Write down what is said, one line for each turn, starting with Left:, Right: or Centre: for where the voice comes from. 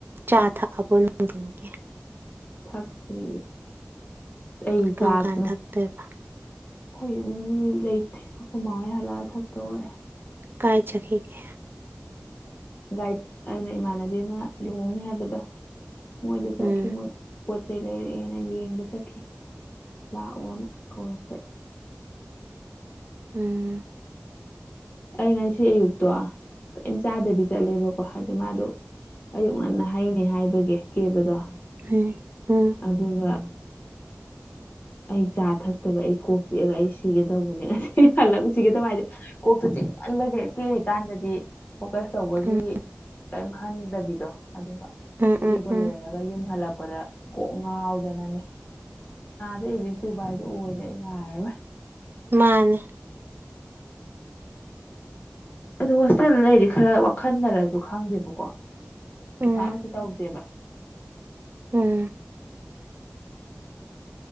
Right: ꯆꯥ ꯊꯛ ꯑꯕꯣ ꯅꯪꯗꯤꯤꯟꯒꯤ
Left: ꯐꯛꯇ꯭ꯔꯤ ꯑꯩ
Right: ꯀꯔꯝ
Left: ꯆꯥꯗꯅ
Right: ꯀꯥꯟ ꯊꯛꯇꯣꯏꯕ
Left: ꯑꯩꯈꯣꯏ ꯏ ꯂꯩꯇꯦ ꯑꯩꯈꯣꯏ ꯃꯥ ꯍꯣꯏ ꯍꯜꯂꯛꯑ ꯊꯛꯇ ꯑꯣꯏꯔꯦ
Right: ꯀꯥꯏ ꯆꯈꯤ ꯀꯦ
Left: ꯒꯥꯏꯗ ꯑꯩꯅ ꯏꯃꯥꯟꯅꯕꯤ ꯑꯃ ꯂꯨꯍꯣꯡꯅꯤ ꯍꯥꯏꯕꯗꯣ ꯃꯣꯏꯗ ꯆꯠꯈꯤ
Right: ꯎꯝ
Left: ꯃꯣꯏ ꯄꯣꯠ ꯆꯩ ꯂꯩꯔꯛꯑꯦꯅ ꯌꯦꯡꯕ ꯆꯠꯈꯤ ꯂꯥꯛꯑꯣꯅ ꯀꯧꯔꯛꯄ
Right: ꯎꯝ
Left: ꯑꯩ ꯉꯁꯤ ꯑꯌꯨꯛꯇꯣ ꯀꯔꯤꯝ ꯆꯥꯗꯕꯤ ꯆꯠꯂꯦꯕꯀꯣ ꯍꯥꯏꯗꯤ ꯃꯥꯗꯣ ꯑꯌꯨꯛ ꯉꯟꯅ ꯍꯩꯅꯦ ꯍꯥꯏꯕꯒꯤ ꯀꯦꯕꯗꯣ
Right: ꯎꯝ ꯎ
Left: ꯑꯗꯨꯒ ꯑꯩ ꯆꯥ ꯊꯛꯇꯕ ꯑꯩ ꯀꯣꯛ ꯆꯤꯛꯑꯒ ꯑꯩ ꯁꯤꯒꯗꯧꯕꯅꯦ ꯑꯁꯤ ꯍꯜꯂꯛ ꯁꯤꯒꯗꯕ ꯍꯥꯏꯗꯤ ꯇꯤꯛ ꯈꯜꯂꯒ ꯄꯦꯔꯤꯀꯥꯟꯗꯗꯤ ꯐꯣꯀꯁ ꯇꯧꯕꯒꯤ
Right: ꯎꯝ
Left: ꯀꯔꯤꯝ ꯈꯪꯗꯕꯤꯗꯣ ꯑꯗꯨꯒ
Right: ꯎꯝ
Left: ꯀꯦꯕ
Right: ꯎꯝ ꯎꯝ
Left: ꯂꯣꯏꯔꯒ ꯌꯨꯝ ꯍꯜꯂꯛꯄ ꯄꯗ ꯀꯣꯛ ꯉꯥꯎꯗꯅꯅꯦ ꯑꯗ ꯍꯧꯖꯤꯛ ꯖꯨꯚꯏꯗꯨ ꯑꯣꯏꯔꯦ ꯌꯥꯔꯣꯏ
Right: ꯃꯥꯥꯟ
Left: ꯑ ꯍꯣꯁꯇꯦꯜꯗ ꯂꯩꯔꯤ ꯈꯔ ꯋꯥꯈꯜꯅꯔꯁꯨ ꯈꯪꯗꯦꯕꯀꯣ
Right: ꯎꯝ
Left: ꯐꯥꯡꯁꯤ ꯇ ꯍꯕꯗꯦꯕ
Right: ꯎꯝ